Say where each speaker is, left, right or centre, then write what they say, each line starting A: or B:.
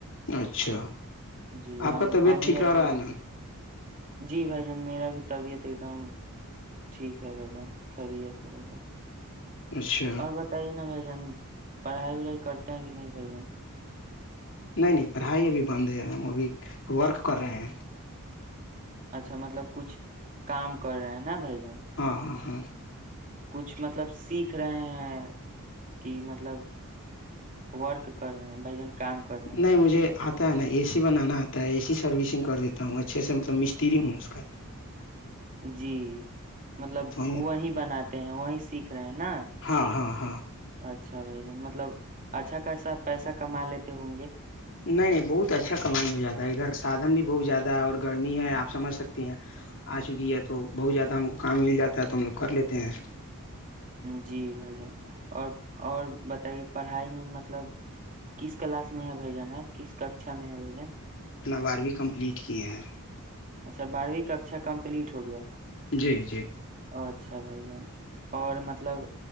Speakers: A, on the left (about 60°); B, on the right (about 35°).
A: اچھا
B: جی
A: آپ کا طبیعت
B: امی
A: ٹھیک
B: ابو
A: رہ رہا
B: لوگ
A: ہے نا
B: جی بھائی جان میرا بھی طبیعت ایک دم ٹھیک ہے بھائی جان خیریت ہے
A: اچھا
B: اور بتائیے نا بھائی پڑھائی بڑھائی کرتے ہیں کہ نہیں بھائی جان
A: نہیں نہیں پڑھائی ابھی بند ہے ابھی ورک کر رہے ہیں
B: اچھا مطلب کچھ کام کر رہا ہے نا بھائی جان
A: <unintelligible>
B: کچھ مطلب سیکھ رہے ہیں کہ مطلب ورک کر رہے ہیں کام کر رہے ہیں
A: نہیں مجھے اتا نہیں ایسی بنانا اتا ہے اسی سروسنگ کر دیتا ہوں اچھے سے مطلب مشتی بھی ہوں اس کا
B: جی مطلب
A: تو
B: وہیں بناتے ہیں وہیں سیکھ رہے ہیں نا
A: ہاں ہاں ہاں
B: اچھا بھائی جان مطلب اچھا خاصا پیسہ کما لیتے ہوں گے
A: نہیں بہت اچھا کمائی ہو جاتا ہے ادھر سادن بھی بھوک جاتا ہے اور گرمی ہے اپ سمجھ سکتے ہیں ا چکی ہے تو بہت زیادہ ہم کو کام مل جاتا ہے تو ہم لوگ کر لیتے ہیں
B: جی بھائی جان اور اور بتائیں پڑھائی میں مطلب کس کلاس میں ہے بھائی جان اپ کس اچھا میرا بھائی جان
A: واری کمپلیٹ کیے ہیں
B: <unintelligible>
A: جی جی
B: اچھا بھائی جان اور مطلب